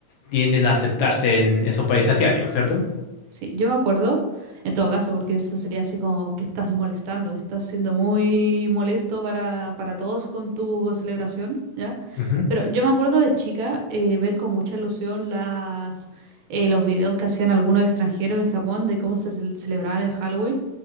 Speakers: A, on the left; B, on the right.
A: tienden a aceptarse en esos países asiáticos, ¿cierto?
B: Sí, yo me acuerdo, en todo caso, porque eso sería así como que estás molestando, estás siendo muy molesto para, para todos con tu celebración, ¿ya?
A: Ujú.
B: Pero yo me acuerdo de chica eh, ver con mucha ilusión las, eh, los videos que hacían algunos extranjeros en Japón de cómo se cel- celebraban el Halloween.